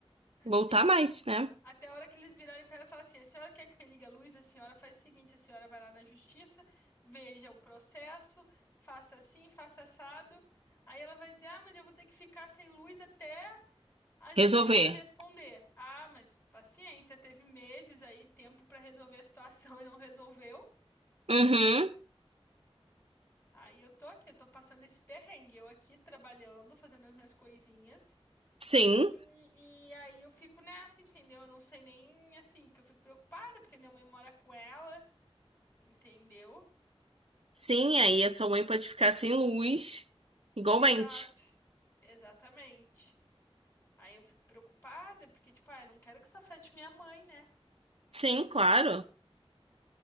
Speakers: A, on the left (about 30°); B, on the right (about 70°).
A: Assim,
B: Voltar mais, né?
A: Até a hora que eles virarem pra ela e falar assim: a senhora quer que religue a luz? A senhora faz o seguinte: a senhora vai lá na justiça, veja o processo, faça assim, faça assado. Aí ela vai dizer: ah, mas eu vou ter que ficar sem luz até a justiça
B: Resolver.
A: me responder. Ah, mas paciência, teve meses aí, tempo pra resolver a situação <laughs> e não resolveu.
B: Uhum.
A: Aí eu tô aqui, eu tô passando esse perrengue, eu aqui trabalhando, fazendo as minhas coisinhas.
B: Sim.
A: E, e aí eu fico nessa, entendeu? Eu não sei nem assim, que eu fico preocupada, porque minha mãe mora com ela. Entendeu?
B: Sim, aí a sua mãe pode ficar sem luz, igualmente.
A: Exato, exatamente. Aí eu fico preocupada porque, tipo, ah, eu não quero que isso afete minha mãe, né?
B: Sim, claro.